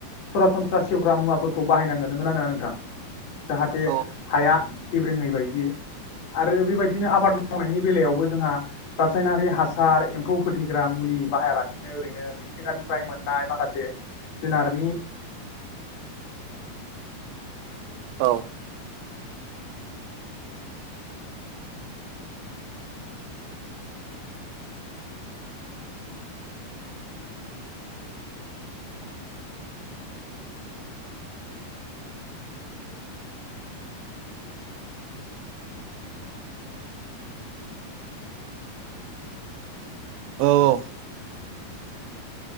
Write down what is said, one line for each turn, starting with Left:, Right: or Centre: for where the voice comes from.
Left: सरासनस्रा सेवग्रा मुवाफोरखौ बाहायनांगोन नोंङा नङा नोंथां जाहाथे
Right: औ
Left: हाया गेब्रेङै बायदि आरो बेबायदिनो आबाद मावनायनि बेलायावबो जोंहा रासायनारि हासार एम्फौ फोथैग्रा मुलि बाहायालासिनो ओरैनो मिथिंगानिफ्राय मोननाय माखासे जुनारनि
Right: औ औ औ